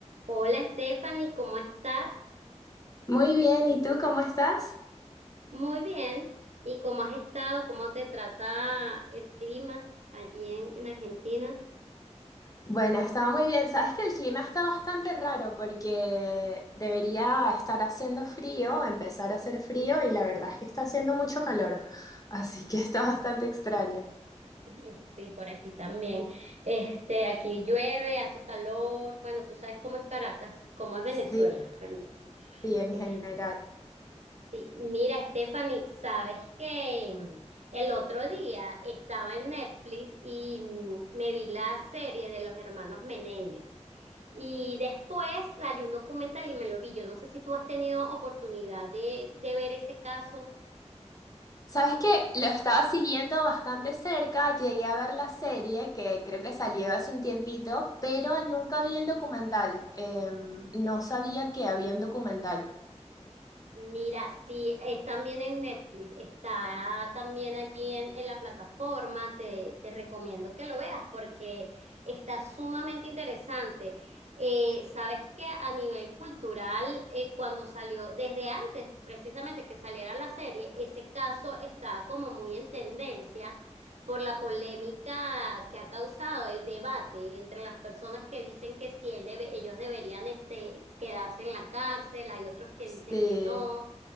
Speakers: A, on the right; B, on the left.
A: Hola Stephanie, ¿cómo estás?
B: Muy bien, ¿y tú cómo estás?
A: Muy bien. ¿Y cómo has estado? ¿Cómo te trata el clima allí en, en Argentina?
B: Bueno, estaba muy bien. Sabes que el clima está bastante raro porque debería estar haciendo frío, empezar a hacer frío y la verdad es que está haciendo mucho calor, así que está bastante extraño.
A: <laughs> Sí, por aquí también. Este, aquí llueve, hace calor. Bueno, tú sabes cómo es Caracas, cómo es Venezuela
B: Sí,
A: realmente.
B: sí, en
A: Sí.
B: general.
A: Sí, mira, Stephanie, sabes que mm, el otro día estaba en Netflix y mm, me vi la serie de los hermanos Menéndez. Y después salió un documental y me lo vi. Yo no sé si tú has tenido oportunidad de, de ver ese caso.
B: Sabes que lo estaba siguiendo bastante cerca, llegué a ver la serie que creo que salió hace un tiempito, pero nunca vi el documental. Em, no sabía que había un documental.
A: Mira, sí, es también en Netflix, está también allí en, en la plataforma, te, te recomiendo que lo veas porque está sumamente interesante. Eh, sabes que a nivel cultural, eh, cuando salió, desde antes precisamente que saliera la serie, ese caso estaba como muy en tendencia por la polémica que ha causado el debate entre las personas que dicen que sí, él debe- ellos deberían este, quedarse en la cárcel, hay otros que
B: Sí.
A: dicen que no.